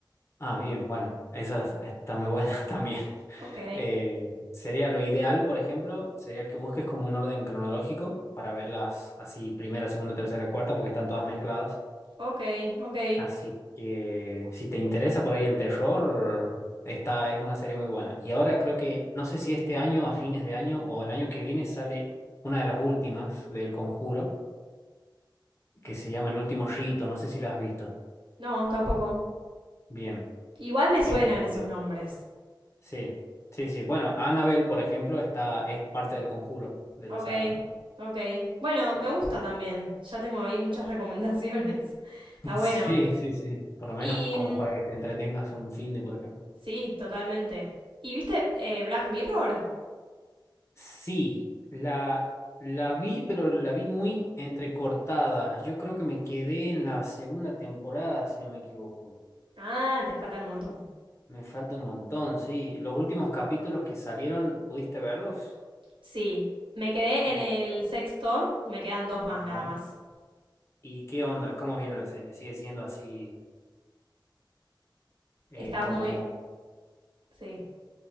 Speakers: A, on the left (about 35°); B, on the right (about 85°).
A: Ah, bien, bueno, esas están muy buenas <laughs> también.
B: Ok,
A: Eh, sería lo ideal, por ejemplo, sería que busques como un orden cronológico para verlas así, primera, segunda, tercera, cuarta, porque están todas mezcladas.
B: ok, ok.
A: Así que si te interesa por ahí el terror, esta es una serie muy buena. Y ahora creo que, no sé si este año, a fines de año o el año que viene, sale una de las últimas del Conjuro, que se llama El Último Rito, no sé si la has visto.
B: No, tampoco.
A: Bien.
B: Igual me suenan
A: Eh,
B: esos
A: eh,
B: nombres.
A: sí, sí, sí. Bueno, Annabelle, por ejemplo, está, es parte del Conjuro de
B: Ok,
A: la saga, ¿no?
B: ok. Bueno, me gusta también. Ya tengo ahí muchas recomendaciones. <laughs> Está
A: <laughs>
B: bueno.
A: Sí, sí, sí. Por lo menos
B: Y
A: como
B: mm,
A: para que te entretengas un fin de, por ejemplo.
B: sí, totalmente. ¿Y viste eh, Black Mirror?
A: Sí, la, la vi, pero la vi muy entrecortada. Yo creo que me quedé en la segunda temporada, si no me equivoco.
B: Ah, te faltan un montón.
A: Me falta un montón, sí. Los últimos capítulos que salieron, ¿pudiste verlos?
B: Sí, me quedé
A: Y,
B: en el sexto, me quedan dos más
A: ajá.
B: nada más.
A: ¿Y qué onda? ¿Cómo viene la serie? ¿Sigue siendo así eh,
B: Está
A: como,
B: muy... Sí,